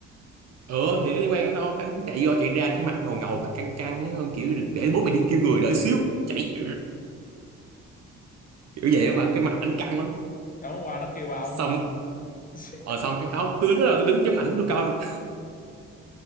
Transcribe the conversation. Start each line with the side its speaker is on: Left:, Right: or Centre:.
Right: ừ thì nó liên quan đến nó cái chạy vô chạy ra cái mặt ngầu ngầu và căng căng ấy, hơn kiểu để bố mày đi kêu người đỡ xíu chạy kiểu vậy mà cái mặt ảnh căng lắm
Left: tối hôm qua nó kêu ông
Right: xong
Left: <laughs>
Right: ờ xong cái áo tôi đứng đó rồi tôi đứng chấm ảnh tôi coi mà.